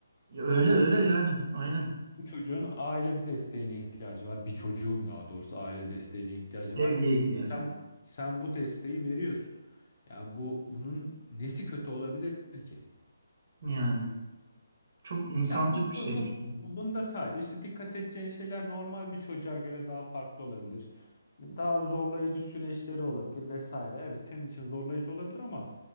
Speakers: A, on the right (about 55°); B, on the left (about 45°).
A: Ya
B: Sonuçta
A: öyle öyle
B: bu
A: yani aynen.
B: Bu çocuğun aile desteğine ihtiyacı var. Bir çocuğun daha doğrusu aile desteğine ihtiyacı
A: Sevgiye
B: var.
A: ihtiyacı
B: Sen
A: var.
B: sen bu desteği veriyorsun. Ya bu bunun nesi kötü olabilir ki?
A: Yani çok insancıl
B: Ya bun,
A: bir
B: bu,
A: şeymiş.
B: bun, bu- bunda sadece işte dikkat edeceğin şeyler normal bir çocuğa göre daha farklı olabilir. Daha zorlayıcı süreçleri olabilir vesaire. Evet senin için zorlayıcı olabilir ama